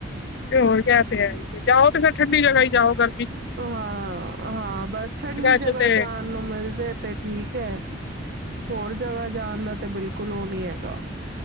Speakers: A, on the left; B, on the right.
A: ਤੇ ਹੋਰ ਕਿਆ ਤੇ ਹੈ ਹੀ ਜਾਓ ਤੇ ਫੇਰ ਠੰਡੀ ਜਗ੍ਹਾ ਹੀ ਜਾਓਗਾ
B: ਹਾਂ ਹਾਂ ਬਸ ਠੰਡੀ ਜਗ੍ਹਾ
A: ਚ ਤੇ
B: ਜਾਣ ਨੂੰ ਮਿਲ ਜਾਏ ਤੇ ਠੀਕ ਹੈ ਹੋਰ ਜਗ੍ਹਾ ਜਾਣ ਦਾ ਤੇ ਬਿਲਕੁਲ ਉਹ ਨਹੀਂ ਹੈਗਾ